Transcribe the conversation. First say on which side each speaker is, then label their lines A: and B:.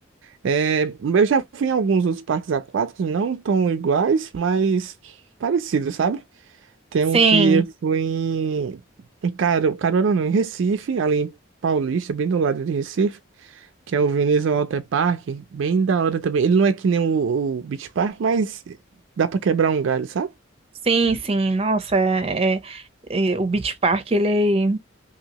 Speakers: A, on the right; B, on the right.
A: É, eu já fui em alguns outros parques aquáticos, não tão iguais, mas parecidos, sabe? Tem
B: Sim,
A: um que eu fui em, em Caro, Caruaru, não, em Recife, ali em Paulista, bem do lado de Recife. que é o Veneza Water Park, bem da hora também. Ele não é que nem o, o Beach Park, mas dá pra quebrar um galho, sabe?
B: sim, sim. Nossa, é, é- é, o Beach Park, ele,